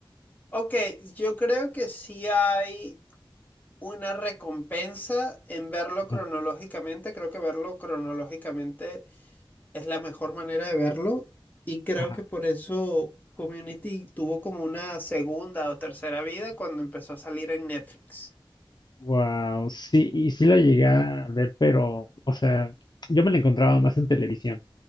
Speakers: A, on the left; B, on the left.
A: ok, yo creo que sí hay una recompensa en verlo
B: Ajá.
A: cronológicamente. Creo que verlo cronológicamente es la mejor manera de verlo y creo
B: Ajá.
A: que por eso Community tuvo como una segunda o tercera vida cuando empezó a salir en Netflix.
B: Wow, sí, y sí la llegué a ver, pero, o sea, yo me la encontraba más en televisión.